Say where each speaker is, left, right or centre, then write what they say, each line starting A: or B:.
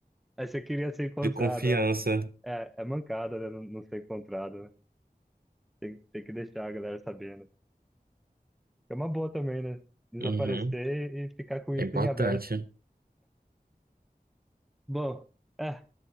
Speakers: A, in the centre; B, on the right.
A: Aí você queria ser encontrado,
B: De confiança.
A: é. É, é mancada, né? Não, não ser encontrado, né? Tem, tem que deixar a galera sabendo. É uma boa também, né? Desaparecer
B: Uhum.
A: e ficar com isso
B: É importante.
A: em aberto. Bom, é,